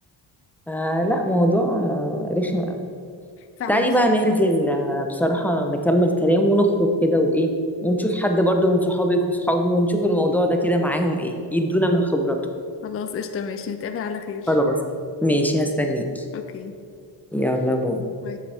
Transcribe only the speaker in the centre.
فلا موضوع آه، رخم قوي
تعالي
بقى ننزل آه، بصراحه نكمل كلام ونخرج كده وايه ونشوف حد برضو من صحابك وصحابي ونشوف الموضوع ده كده معاهم ايه يدونا من خبراتهم
خلاص ماشي هستنيكي
يلا باي